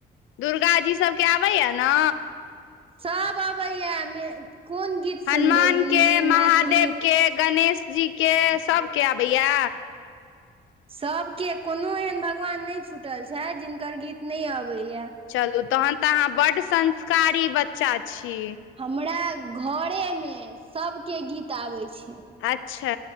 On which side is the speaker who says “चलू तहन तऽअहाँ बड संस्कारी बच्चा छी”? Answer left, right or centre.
Left